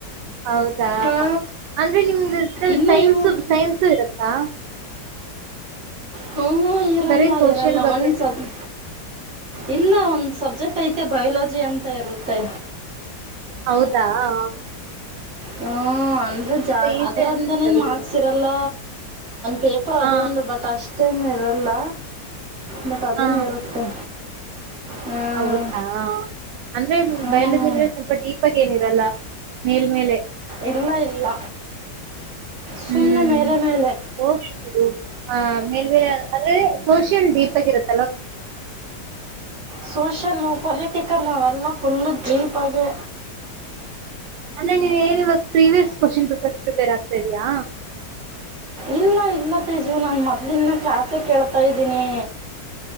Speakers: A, on the right; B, on the right.
A: ಹೌದಾ
B: ಹಾ
A: ಅಂದ್ರೆ ನಿಮ್ದ ಇದ್ರ
B: ಇನ್ನ
A: ಸೈನ್ಸ
B: ಇವು
A: ಸೈನ್ಸು ಇರತ್ತಾ.
B: ಹ್ಞೂ ಹೂ ಇರಲ್ಲ
A: ಬರೀ ಸೋಷಿಯಲ್
B: ಇರಲ್ಲ
A: ಬಗ್ಗೆನಾ?
B: ಒಂದು ಸ. ಇಲ್ಲ ಒಂದ್ ಸಬ್ಜೆಕ್ಟ್ ಐತೆ ಬಯೋಲಜಿ ಅಂತ ಇರುತ್ತೆ.
A: ಹೌದಾ ಹೂ.
B: ಹ ಅಂದ್ರೆ ಜಾ
A: ಈಸಿ
B: ಅದರಂದನೇನು
A: ಅನ್ಸುತ್ತೆ ಬಿಡು.
B: ಮಾರ್ಕ್ಸ್ ಇರಲ್ಲ. ಪೇಪರ್
A: ಹಾ,
B: ಅದೊಂದು ಬಟ್ ಅಷ್ಟೇನು ಇರಲ್ಲ ಬಟ್ ಅದನ
A: ಹಾ.
B: ಇರುತ್ತೆ. ಹಾಂ
A: ಹೌದಾ ಅಂದ್ರೆ
B: ಹ್ಞೂ
A: ಬಯಲ ಜನ್ರ ಸ್ವಲ್ಪ ಡೀಪಾಗಿ ಏನಿರಲ್ಲ. ಮೇಲ್ ಮೇಲೆ.
B: ಇಲ್ಲ ಇಲ್ಲ ಸುಮ್ಮನೆ
A: ಹ್ಮ್.
B: ಮೇಲೆ ಮೇಲೆ
A: ಹೋಗ್ಲಿ ಆ ಮೇಲ್ೇಲೆ ಅಂದ್ರೆ ಸೋಷನ್ ಡೀಪ್ ಆಗಿರುತ್ತೆ
B: ಸೂಷ ಪಲಿ ಿಕಲ್ಲ ನೆಲ್ಲ ಫುಲ್ ಜೀಪ್ ಆಗಿ
A: ಅಂದ್ರೆ ನೀವ್ ಏನವಾಗ ಪ್ರೀವಿಯಸ್ ಕ್ವಶನ್ ಪೇಪರ್ಸ್ ಪ್ರಿಪೇರ್ ಆಗ್ತಾ ಇದ್ಯಾಾ
B: ಇಲ್ಲ ಇಲ್ಲ ತೇಜು ನಾನು ಮೊದ್ಲಿನ ಕ್ಲಾಸೇ ಕೇಳ್ತಾ ಇದ್ದೀನಿ